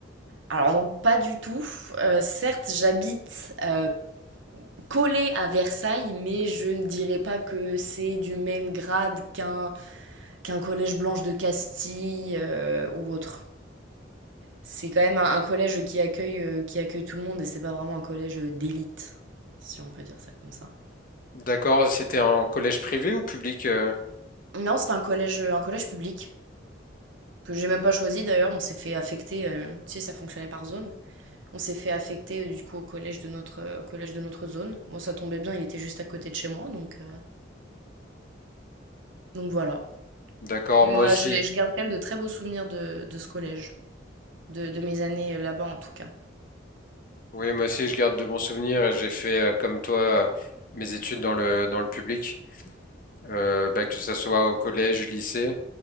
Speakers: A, on the right; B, on the left.
A: Alors non, pas du tout, heu, certes j'habite, heu, collée à Versailles, mais je ne dirais pas que c'est du même grade qu'un qu'un collège Blanche de Castille, heu, ou autre. C'est quand même un un collège qui accueille, heu, qui accueille tout le monde et c'est pas vraiment un collège, d'élite, si on peut dire ça comme ça.
B: D'accord, c'était un collège privé ou public? euh
A: Non, c'est un collège, un collège public. que j'ai même pas choisi d'ailleurs, on s'est fait affecter, euh, tu sais, ça fonctionnait par zone. On s'est fait affecter euh, du coup au collège de notre, euh, au collège de notre zone. Moi, ça tombait bien, il était juste à côté de chez moi, donc, euh, donc voilà.
B: D'accord,
A: Mais
B: moi
A: voilà,
B: aussi.
A: j'ai- je, garde quand même de très beaux souvenirs de, de ce collège, de, de mes années euh, là-bas en tout cas.
B: Oui, moi aussi je garde de bons souvenirs et j'ai fait euh, comme toi euh, mes études dans le dans le public, Euh, bah, que ce soit au collège, lycée.